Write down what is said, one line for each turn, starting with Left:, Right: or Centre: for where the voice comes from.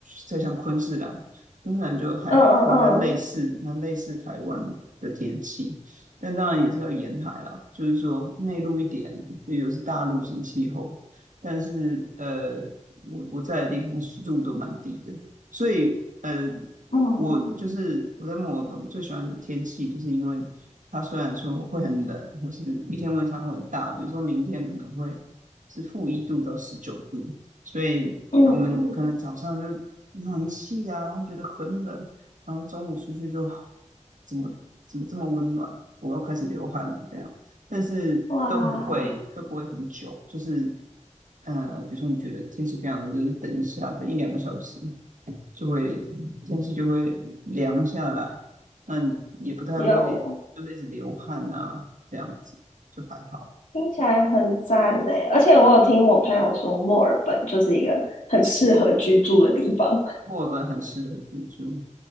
Right: 再像昆士兰，昆士兰就还嗯蛮类嗯似，
Left: 嗯嗯嗯
Right: 蛮类似台湾的天气，但当然也是要沿海啦，就是说内陆一点，就有是大陆型气候，但是呃，我我在的地方湿度都蛮低的，所以呃，
Left: 嗯
Right: 我就是我在墨尔本，我最喜欢的天气，就是因为它虽然说会很冷，或是一天温差会很大，比如说明天可能会是负一度到十九度，所以我们哦可能早上就暖气啊，
Left: 嗯，
Right: 然后觉得很冷，然后中午出去就怎么怎么这么温暖，我又开始流汗了这样，但是都不会都不会很久，
Left: 哇，
Right: 就是呃，比如说你觉得天气非常热，就等一下，等一两个小时，就会天气就会凉下来，但也不太会就是一直流汗啊，
Left: 有。
Right: 这样子就还好。
Left: 听起来很赞呢，而且我有听我朋友说，墨尔本就是一个很适合居住的地方。<laughs>
Right: 墨尔本很适合居住，